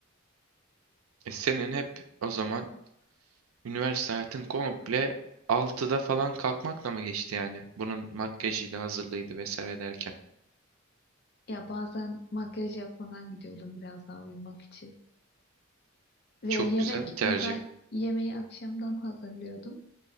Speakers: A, on the right; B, on the left.
A: E senin hep o zaman Üniversite hayatın komple altıda falan kalkmakla mı geçti yani? Bunun makyajıydı, hazırlığıydı vesaire derken.
B: Ya bazen makyaj yapmadan gidiyordum biraz daha uyumak için. Ve
A: Çok
B: yemek,
A: güzel bir tercih.
B: mesela yemeği akşamdan hazırlıyordum.